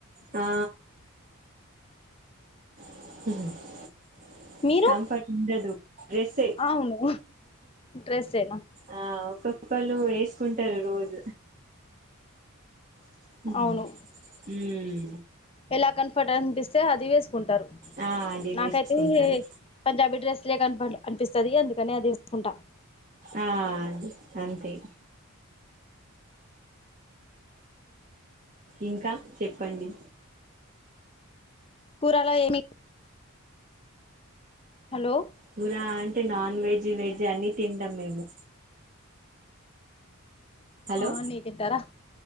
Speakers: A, on the right; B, on the left.
A: ఆ <unintelligible>
B: మీరు
A: కంఫర్ట్ ఉండదు డ్రస్సే
B: అవును డ్రెస్సేనా
A: ఆ ఒక పలు వేసుకుంటారు రోజు హ్మ్
B: అవును ఎలా కన్ఫర్ట్ అనిపిస్తే అది వేసుకుంటారు.
A: ఆ అది
B: నాకైతే
A: వేసుకుంటారు
B: పంజాబీ డ్రస్స్ దే కన్ఫర్ట్ అనిపిస్తది అందుకని అది ఏసుకుంటా
A: ఆ అంతే ఇంకా చెప్పండి
B: కూరలో ఏమి హలో
A: కూర అంటే నాన్ వెజ్ వెజ్ అన్ని తింటాం మేము హలో
B: అన్నీ తింటారా